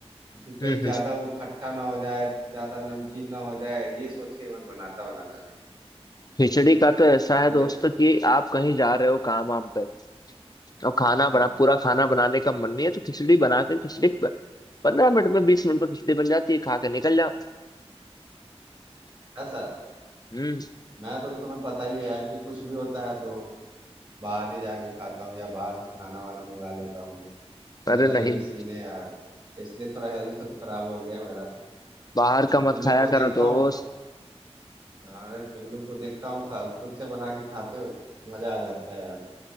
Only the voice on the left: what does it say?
हम्म
हम्म।
खिचड़ी का तो ऐसा है
दोस्त कि आप कहीं जा रहे हो काम वाम पे और खाना
बना पूरा खाना बनाने का मन नहीं है तो खिचड़ी बना के खिचड़ी पंद्रह मिनट में बीस मिनट में खिचड़ी बन जाती है खा के निकल जाओ
हम्म
अरे
नहीं
बाहर का
मत
खाया
करो दोस्त